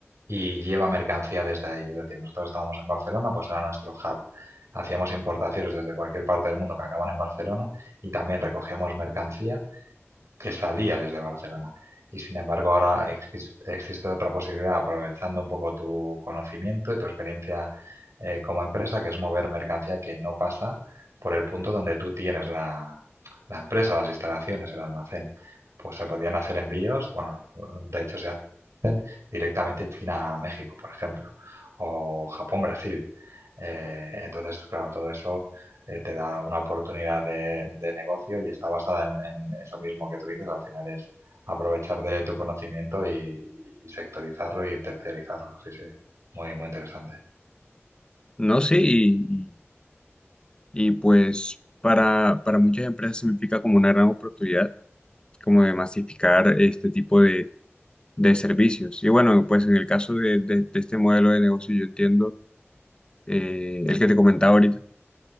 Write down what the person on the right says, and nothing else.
y lleva mercancía desde ahí. Es decir, nosotros estábamos en Barcelona, pues era nuestro hub. Hacíamos importaciones desde cualquier parte del mundo que acaban en Barcelona y también recogíamos mercancía que salía desde Barcelona. Y sin embargo, ahora exis- existe otra posibilidad, aprovechando un poco tu conocimiento y tu experiencia eh, como empresa, que es mover mercancía que no pasa por el punto donde tú tienes la, la empresa, las instalaciones, el almacén. Pues se podían hacer envíos, bueno, de hecho se directamente China-México, por ejemplo, o Japón-Brasil. Eh, entonces, claro, todo eso eh, te da una oportunidad de, de negocio y está basada en, en eso mismo que tú dices. Al final es aprovechar de tu conocimiento y, y sectorizarlo y terciarizarlo. Sí, sí, muy, muy interesante.